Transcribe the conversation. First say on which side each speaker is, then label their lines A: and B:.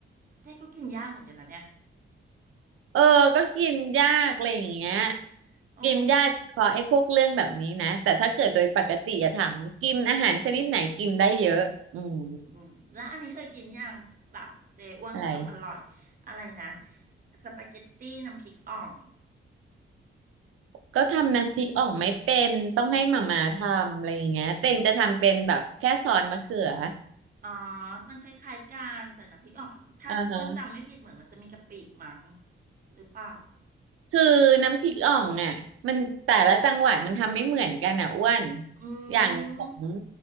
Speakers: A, on the right; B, on the right.
A: เจ๊ก็กินยากเหมือนกันนะเนี่ย
B: เออก็กินยากอะไรอย่างเงี้ย
A: <laughs> โอ๋อ
B: กินยากเฉพาะไอ้พวกเรื่องแบบนี้นะแต่ถ้าเกิดโดยปกติอะถามกินอาหารชนิดไหนกินได้เยอะอืม
A: ืมแล้วอันนี้เคยกินยังแบบเจอ้วนเขาทำอร่อยอะไรนะ
B: อะไร
A: สปาเกตตี้น้ำพริกอ่อง
B: ก็ทำน้ำพริกอ่องไม่เป็นต้องให้หม่าม่าทำอะไรอย่างเงี้ยเต่งจะทำเป็นแบบแค่ซอสมะเขือ
A: อ๋อมันคล้ายๆกันแต่น้ำพริกอ่องอะถ้าอ้วนจำไม่ผิดเหมือนมันจะมีกะปิมั้ง
B: อ่าฮะ
A: หรือเปล่า
B: คือน้ำพริกอ่องอ่ะมันแต่ละจังหวัดมันทำไม่เหมือนกันอ่ะอ้วน
A: อื
B: อย่างของ
A: ม